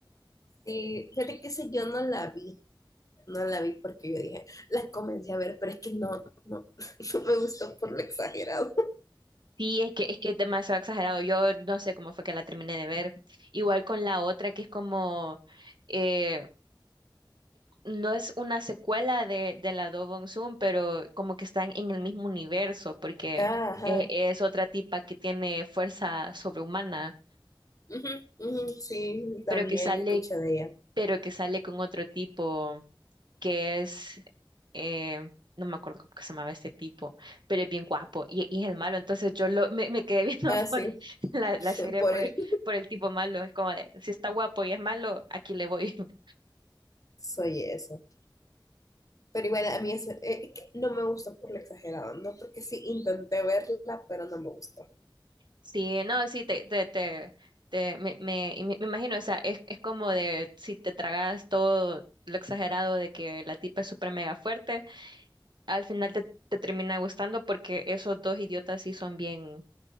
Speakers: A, on the left; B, on the right.
A: Sí, fíjate que ese yo no la vi, no la vi porque yo dije, las comencé a ver, pero es que no, no, <laughs> no me gustó por lo exagerado.
B: Sí, es que, es que es demasiado exagerado. Yo no sé cómo fue que la terminé de ver. Igual con la otra que es como, eh, no es una secuela de, de la Do Bong Soon, pero como que están en el mismo universo porque
A: Ah, Ajá,
B: eh, es otra tipa que tiene fuerza sobrehumana
A: Ujú, ujú, sí, también
B: pero que sale
A: escuché de ella.
B: pero que sale con otro tipo que es, eh, no me acuerdo cómo que se llamaba este tipo, pero es bien guapo y, y es el malo. Entonces yo lo, me, me quedé viendo
A: Ah,
B: <laughs>
A: sí,
B: por la,
A: <laughs>
B: la serie
A: por
B: por
A: él
B: el, por el tipo malo. Es como de, si está guapo y es malo, aquí le voy. <laughs>
A: soy eso. Pero igual a mí eso, eh, es que no me gustó por lo exagerado, ¿no? Porque sí intenté verla, pero no me gustó.
B: Sí, no, sí, te, te, te, te- me, me, y me- me imagino, o sea, es, es como de si te tragas todo lo exagerado de que la tipa es súper mega fuerte, al final te, te termina gustando porque esos dos idiotas sí son bien.